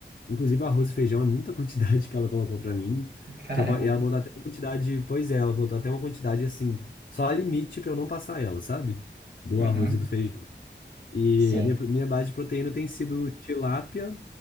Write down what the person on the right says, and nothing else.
<laughs> Caramba.
Uhum.
Sim.